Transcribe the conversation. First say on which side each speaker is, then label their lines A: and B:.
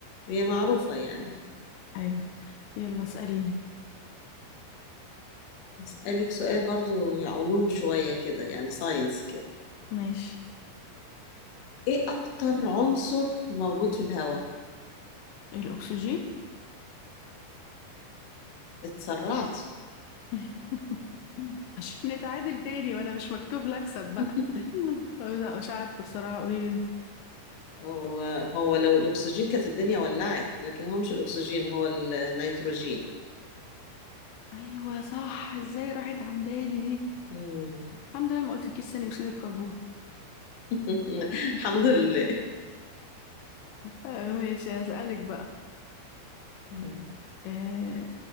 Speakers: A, on the left (about 70°); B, on the left (about 80°).
A: هي معروفة يعني
B: ايوه يلا اسأليني
A: أسألك سؤال برضو علوم شوية كده يعني ساينس كده
B: ماشي
A: إيه أكتر عنصر موجود في الهواء؟
B: الاكسجين
A: اتسرعت
B: <laughs> عشان نتعادل تاني وانا مش مكتوب لي اكسب بقى
A: <laughs>
B: <laughs> لا مش عارفه الصراحه قولي لي انت
A: هو هو لو الأكسجين كانت الدنيا ولعت لكن هو مش الأكسجين هو النيتروجين
B: ايوه صح ازاي راحت عن بالي دي
A: مم.
B: الحمد لله ما قلتلكيش ثاني اكسيد الكربون
A: <laughs>
B: <laughs>
A: الحمد لله
B: ماشي هسألك بقى
A: مم.
B: آه،